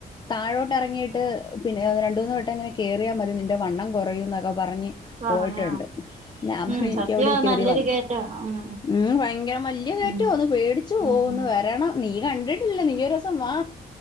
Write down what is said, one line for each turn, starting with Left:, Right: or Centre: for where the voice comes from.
Left: താഴോട്ടറങ്ങീട്ട് പിന്നെ രണ്ടൂന്നു വട്ടം ഇങ്ങനെ കേറിയാ മതി നിന്റെ വണ്ണം കുറയുന്നൊക്കെ പറഞ്ഞ്.
Right: പറഞ്ഞ
Left: പോയിട്ടോണ്ട്. ഞാപറഞ്ഞു
Right: ഉം
Left: എനിക്കവിടെരി
Right: സത്യവ
Left: കേരി
Right: നല്ലൊരു
Left: വന്നു.
Right: കേറ്റ ഉം
Left: ഉം ഭയങ്കര വല്ല്യ കേറ്റവാ
Right: ഉം
Left: ന്ന്. പേടിച്ചു പോവും.
Right: ഉം
Left: ഒന്ന് വരണം. നീ കണ്ടിട്ടില്ല. നീ ഒരൂസം വാ.